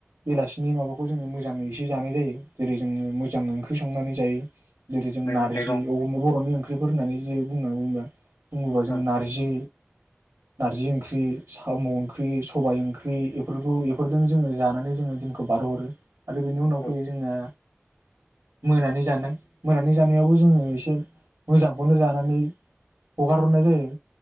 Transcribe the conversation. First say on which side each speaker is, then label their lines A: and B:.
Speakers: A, on the right; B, on the left.
A: बेलासिनि माबाखौ जोङो मोजाङै एसे जानाय जायो जेरै जोङो मोजां ओंख्रि संनानै जायो। जेरै जों
B: मैगं
A: नारजि
B: थाइगं
A: अम बर'नि ओंख ख्रिफोर होननानै जो जे बुंना बुंबा बुङोबा जोङो
B: औ
A: नारजि नारजि ओंख्रि साम' ओंख्रि सबाय ओंख्रि एफोरखौ एफोरजों जोङो जानानै जोङो दिनखौ बारहो हरो। आरो बिनि उनाव
B: औ
A: फैयो जोङा मोनानि जानाय मोनानि जानायावबो जोङो एसे मोजांखौनो जाना नै हगारहरनाय जायो।